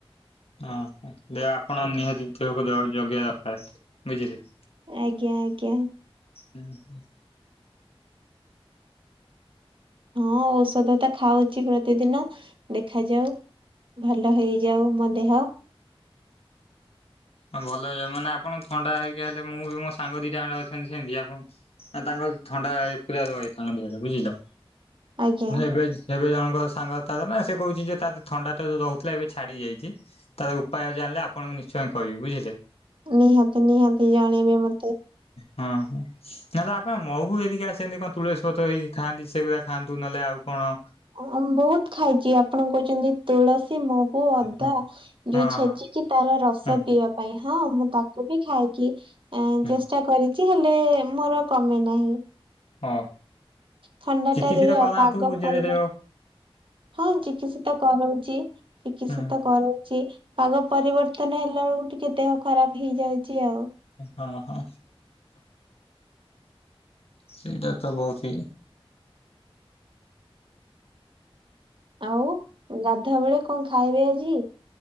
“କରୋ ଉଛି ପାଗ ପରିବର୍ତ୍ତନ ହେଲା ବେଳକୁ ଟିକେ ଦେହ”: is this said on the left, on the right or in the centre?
Right